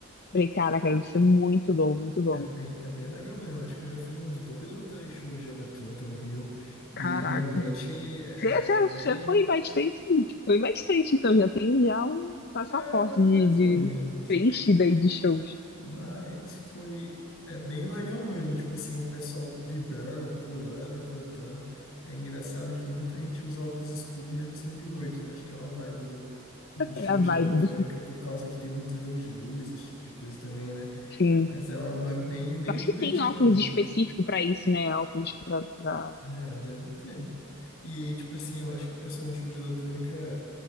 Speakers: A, on the left; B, on the left.
A: Falei, caraca, deve ser muito bom, muito bom.
B: É bem, é bem legal mesmo. Acho que eu já fui uns dois ou três shows de eletrônica no Rio e
A: Caraca.
B: realmente é
A: Você, você
B: bem,
A: você foi bastante, foi bastante, então já tem já um passaporte
B: é mais
A: de, de
B: ou menos.
A: preenchido aí de shows.
B: Mas foi, é bem legal mesmo. Tipo assim, o pessoal vibrando, pulando, cantando. É engraçado que muita gente usa óculos escuros mesmo sendo de noite, né? Acho que é uma vibe do, do show
A: É a vibe
B: de eletrônica
A: do
B: por causa que tem muito jogo de luz, esse tipo de coisa também, né?
A: fim.
B: Mas é uma vibe bem, bem
A: Eu acho
B: divertida
A: que tem óculos
B: mesmo.
A: específico pra isso, né? Óculos pra, pra...
B: É, deve ter. E aí, tipo assim, eu acho que o pessoal no show de eletrônica